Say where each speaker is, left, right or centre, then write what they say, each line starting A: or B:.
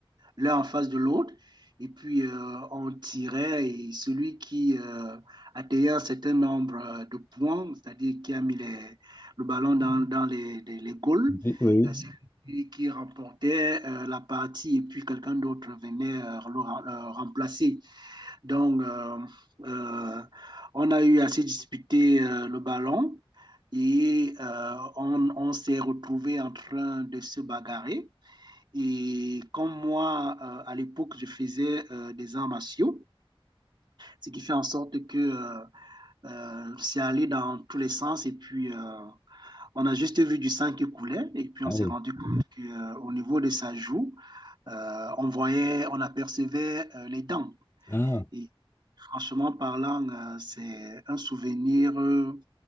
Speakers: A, on the right; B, on the left.
A: l'un en face de l'autre, et puis euh, on tirait, et celui qui euh, atteignait un certain nombre euh, de points, c'est-à-dire qui a mis les- le ballon dans, dans les, les, les goals,
B: oui, oui.
A: euh, c'est lui qui remportait euh, la partie, et puis quelqu'un d'autre venait euh, le, rem- le remplacer. Donc, euh, euh, on a eu assez disputé euh, le ballon et euh, on, on s'est retrouvé en train de se bagarrer. Et comme moi, euh, à l'époque, je faisais euh, des arts martiaux, ce qui fait en sorte que euh, euh, c'est allé dans tous les sens. Et puis, euh, on a juste vu du sang qui coulait. Et puis,
B: Ah
A: on s'est
B: oui.
A: rendu compte qu'au niveau de sa joue, euh, on voyait, on apercevait euh, les dents.
B: Ah,
A: Et franchement parlant, euh, c'est un souvenir, euh,